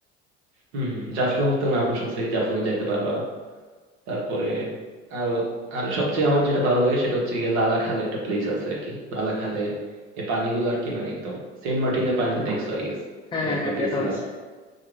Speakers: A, on the right; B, on the left.
A: হম হম জাফলং তো নাম শুনছি জাফলং এ যাইতে পারবা তারপরে আর আর সবচেয়ে আমার যেটা ভালো লাগে সেটা হচ্ছে গিয়ে লালাখালে একটা প্লেস আছে আর কি লালাখালে এই পানিগুলো আর কি মানে একদম সেন্ট মার্টিনের পানিতে দেখছো আই গেস
B: হ্যাঁ হ্যাঁ
A: একবার
B: হ্যাঁ দেখা
A: গেছিলা
B: হয়েছে